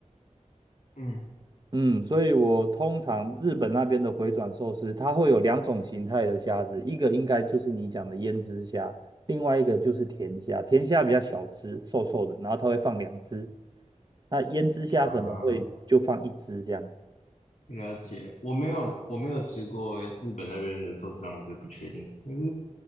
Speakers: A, on the left; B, on the right.
A: 嗯，
B: 嗯，所以我通常日本那边的回转寿司，它会有两种形态的虾子，一个应该就是你讲的胭脂虾，另外一个就是甜虾。甜虾比较小只，瘦瘦的，然后它会放两只。那胭脂虾可能会就放一只这样。
A: 啊，了解。我没有，我没有吃过日本那边的寿司郎，我是不确定。可是